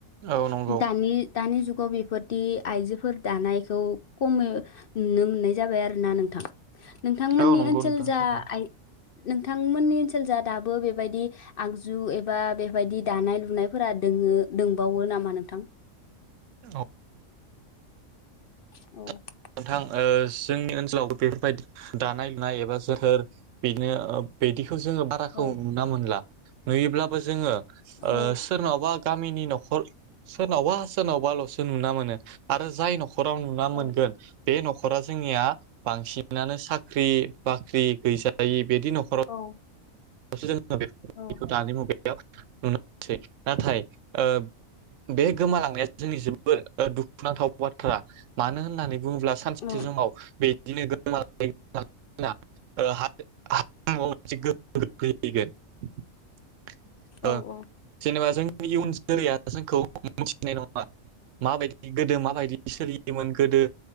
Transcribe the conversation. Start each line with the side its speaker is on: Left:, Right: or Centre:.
Right: औ नंगौ
Left: दानि दानि जु गाव बेफोरदि आइजोफोर दानायखौ खमो नुनो मोननाय जाबाय आरोना नोंथां। नोंथांमोननि
Right: औ नंगौ
Left: ओनसोल
Right: नोंथां
Left: जा
Right: थारैनो
Left: आइ नोंथांमोननि सोलजा दाबो बेबायदि आगजु एबा बे बेफोरबायदि दानाय लुनायफोरा दोङो दोंबावो नामा नोंथां?
Right: औ।
Left: अह।
Right: नोंथां ओ जोंनि ओनसोलाव बेफोरबायदि दानाय लुनाय एबा जोथोर बेदिनो ओ बिदि बेखौ जोङो बाराखौ
Left: औ
Right: नुना मोनला नुयोब्लाबो जोङो ओ
Left: औ
Right: सोरनावबा गामिनि न'खर सोरनावबा सोरनावबाल'सो नुना मोनो आरो जाय न'खराव नुना
Left: औ
Right: मोनगोन बे न'ख खरा जोंनिया बांसिनानो साख्रि बाख्रि गैजायि बिदि न'खराव
Left: औ
Right: <unintelligible>
Left: औ
Right: नुनो मोनसै नाथाय ओ बे गोमालांनाया जोंनि जोबोर दुखुनांथाव बाथ्रा मानो होननानै बुङोब्ला सानसे
Left: औ
Right: समाव बिदिनो <unintelligible> <unintelligible> ओ
Left: औ औ।
Right: जेनेबा जोंनि इयुन जोलैया जोंखौ मोनथिनाय नङा। माबायदि गोदो माबायदि सोलियोमोन गोदो